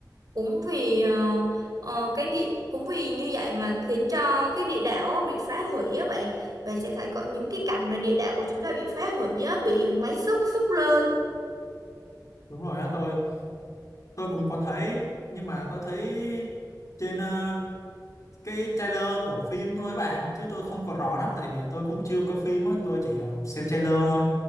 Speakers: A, on the right; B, on the left.
A: cũng vì ờ, ờ, cái địa cũng vì như vậy mà khiến cho cái địa đạo á bị phá hủy á bạn bạn sẽ thấy có những cái cảnh mà địa đạo của chúng ta bị phá hủy á bị máy xúc xúc lên
B: đúng rồi đó tôi tôi cũng có thấy nhưng mà tôi thấy trên ờ, cái trailer của phim thôi bạn chứ tôi không có rõ lắm tại vì tôi cũng chưa coi phim á tôi chỉ ờ, xem trailer thôi